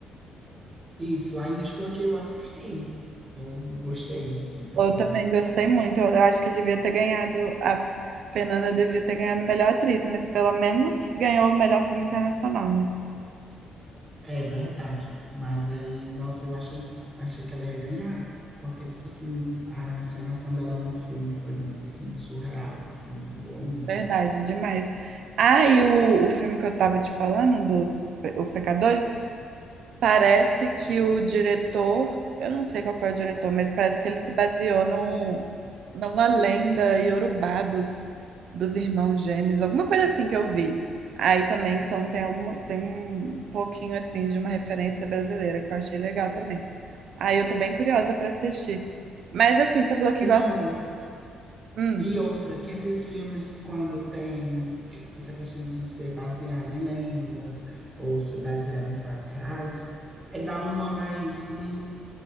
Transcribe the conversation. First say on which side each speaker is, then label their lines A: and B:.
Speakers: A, on the right; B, on the right.
A: Isso, ainda estou aqui, eu assisti. Eu gostei, muito
B: Eu
A: bom.
B: também gostei muito. Eu acho que devia ter ganhado, a Fernanda devia ter ganhado melhor atriz, mas pelo menos ganhou o melhor filme internacional, né?
A: É verdade. Mas aí, nossa, eu achei, achei que ela ia ganhar, porque, tipo assim, a encenação dela no filme foi muito, assim, surreal, muito boa mesmo.
B: Verdade, demais. Ah, e o, o filme que eu tava te falando, dos Pe- o Pecadores, parece que o diretor, eu não sei qual que é o diretor, mas parece que ele se baseou no, numa lenda iorubá dos, dos irmãos gêmeos, alguma coisa assim que eu vi. Aí também, então, tem alguma, tem um pouquinho assim de uma referência brasileira que eu achei legal também. Aí eu tô bem curiosa pra assistir. Mas assim, você falou que
A: Não,
B: gosta. Hum.
A: e outra, que esses filmes, quando tem essa questão de ser baseado em lendas ou ser baseado em fatos reais, é dá uma mais, uma, in-